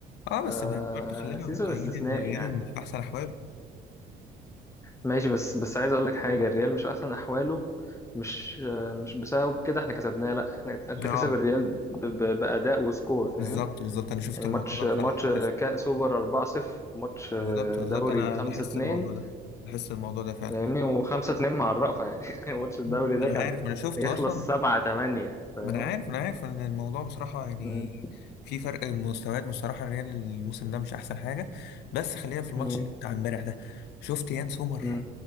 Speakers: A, on the left; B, on the left.
A: اه
B: فسيزو
A: بس برضه خلينا واقعيين
B: استثنائي
A: ان الريال
B: يعني
A: مش في احسن احواله
B: ماشي بس بس عايز اقول لك حاجه الريال مش في احسن احواله مش مش بسبب كده احنا كسبناه لا احنا انت
A: اه
B: كسب الريال ب- ب- باداء وسكور
A: بالظبط
B: فاهم
A: بالظبط انا شفت
B: يعني
A: الموضوع
B: مم. ماتش
A: ده
B: ماتش
A: بصراحه لاحظت.
B: كاس سوبر 4-0 ماتش
A: بالظبط بالظبط
B: دوري
A: انا
B: 5-2
A: لاحظت الموضوع ده لاحظت الموضوع ده فعلا
B: فاهمني و5-2 مع الرأفة يعني <laughs> ماتش الدوري
A: مم.
B: ده
A: انا
B: كان
A: عارف انا شفته
B: هيخلص
A: اصلا
B: 7-8 فاهم
A: ما انا عارف انا عارف ان الموضوع بصراحه يعني
B: مم.
A: في فرق مستويات بصراحه الريال الموسم ده مش احسن حاجه بس خلينا في الماتش
B: مم.
A: بتاع امبارح ده شفت يان سومر
B: مم.